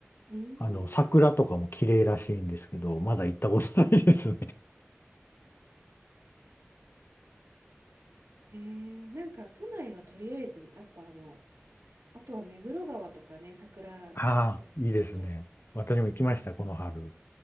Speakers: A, on the right (about 80°); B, on the left (about 55°).
A: うーん。
B: あの、桜とかも綺麗らしいんですけど、まだ行ったことないですね。
A: へえ。なんか、都内はとりあえず、やっぱあの、あとは目黒川とかね、桜とで。
B: <laughs> ああ、いいですね。私も行きました、
A: うん、
B: この春。